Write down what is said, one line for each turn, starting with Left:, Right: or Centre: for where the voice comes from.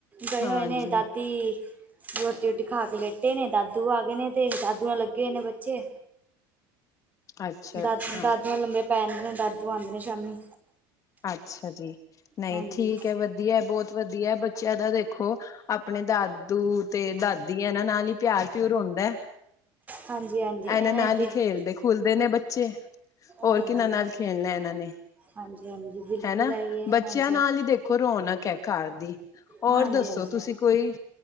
Right: ਗਏ
Left: ਹਾਂਜੀ
Right: ਹੋਏ ਨੇੇ ਦਾਦੀ ਰੂਟੀ- ਰੋਟੀ ਖਾ ਕੇ ਲੇਟੇ ਨੇ। ਦਾਦੂ ਆ ਗਏ ਨੇ ਤੇ ਦਾਦੂ ਨਾਲ ਲੱਗੇ ਹੋਏ ਨੇ ਬੱਚੇ।
Left: ਅੱਛਾ
Right: ਦਾਦੀਆਂ
Left: ਅੱਛਾ
Right: ਲੰਬੇ ਪੈ ਜਾਂਦੇ ਨੇ ਦਾਦੂ ਆਦੇ ਨੇ ਸ਼ਾਮੀ।
Left: ਅੱਛਾ ਜੀ। ਨਹੀਂ
Right: ਹਾਂਜੀ
Left: ਠੀਕ ਏ। ਵਧੀਆ ਬਹੁਤ ਵਧੀਆ ਬੱਚਿਆਂ ਦਾ ਦੇਖੋ, ਆਪਣੇ ਦਾਦੂ ਤੇ ਦਾਦੀਆ ਦੇ ਨਾਲ ਹੀ ਪਿਆਰ ਪਿਊਰ ਹੁੰਦਾ।
Right: ਹਾਂਜੀ ਹਾਂਜੀ
Left: ਇਹਨਾਂ ਨਾਲ
Right: ਤੇ
Left: ਹੀ ਖੇਲਦੇ- ਖੂਲਦੇ ਨੇ ਬੱਚੇ। ਹੋਰ
Right: ਹਾਂਜੀ
Left: ਕਿਹਨਾਂ ਨਾਲ ਖੇਲਣਾ ਇਹਨਾਂ ਨੇ।
Right: ਹਾਂਜੀ ਹਾਂਜੀ ਬਿਲਕੁਲ
Left: ਹੈਨਾ,
Right: ਆਈ ਹੈ
Left: ਬੱਚਿਆਂ
Right: ਹਾਂਜੀ
Left: ਨਾਲ ਹੀ ਦੇਖੋ ਰੌਣਕ ਹੈ ਘਰ ਦੀ ਹੋਰ
Right: ਹਾਂਜੀ
Left: ਦੱਸੋ
Right: ਹਾਂਜੀ
Left: ਤੁਸੀਂ? ਕੋਈ